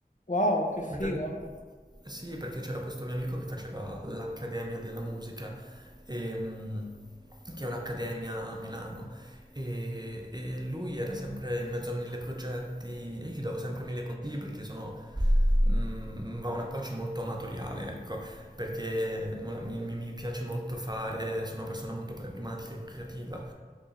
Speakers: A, on the left (about 50°); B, on the right (about 25°).
A: Wow, che figo!
B: Megan- Sì, perché c'era questo mio amico che faceva l'Accademia della Musica, ehm, che è un'accademia a Milano, e, e lui era sempre in mezzo a mille progetti e io gli davo sempre mille consigli perché sono, mm, ha un approccio molto amatoriale, ecco, perché nulla, mi, mi- mi piace molto fare, sono una persona molto pragmatica e creativa.